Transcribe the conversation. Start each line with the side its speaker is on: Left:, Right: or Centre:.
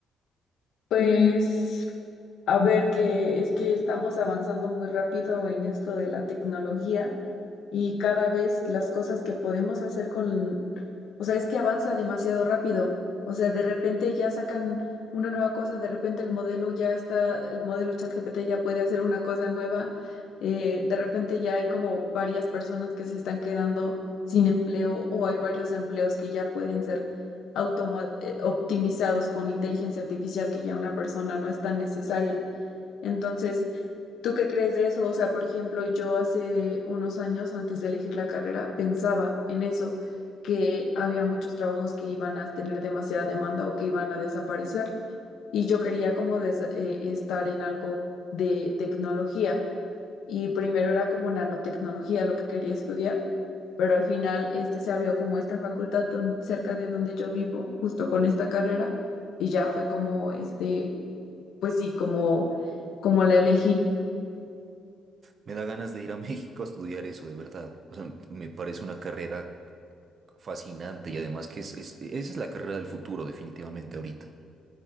Left: Pues A ver, que es que estamos avanzando muy rápido en esto de la tecnología y cada vez las cosas que podemos hacer con, o sea, es que avanza demasiado rápido. O sea, de repente ya sacan una nueva cosa, de repente el modelo ya está, el modelo ChatGPT ya puede hacer una cosa nueva. eh, de repente ya hay como varias personas que se están quedando sin empleo o hay varios empleos que ya pueden ser automa- eh, optimizados con inteligencia artificial que ya una persona no es tan necesaria. Entonces, ¿tú qué crees de eso? O sea, por ejemplo, yo hace unos años, antes de elegir la carrera, pensaba en eso, que había muchos trabajos que iban a tener demasiada demanda o que iban a desaparecer. Y yo quería como desa- eh, estar en algo de tecnología. Y primero era como nanotecnología lo que quería estudiar, pero al final este se abrió como esta facultad don- cerca de donde yo vivo, justo con esta carrera, y ya fue como este, pues sí, como, como la elegí.
Right: Me da ganas de ir a <laughs> México a estudiar eso, de verdad. O sea, me parece una carrera fascinante y además que es, es- esa es la carrera del futuro, definitivamente ahorita.